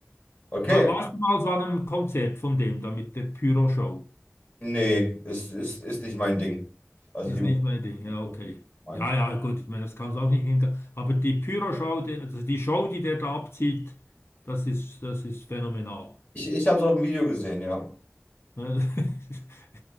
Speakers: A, on the left; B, on the left.
A: Okay,
B: Wa- Warst du mal so an einem Konzert von dem, da mit der Pyro-Show?
A: nee, ist, ist, ist nicht mein Ding. Also
B: Ist
A: die Musik
B: nicht mein Ding, ja, okay.
A: ist nicht meins.
B: Ja, ja, gut, ich meine, das kann es auch nicht hinkriegen. Aber die Pyro-Show, die, also die Show, die der da abzieht, das ist, das ist phänomenal.
A: Ich, ich habe es auf dem Video gesehen, ja.
B: Ne, <laughs>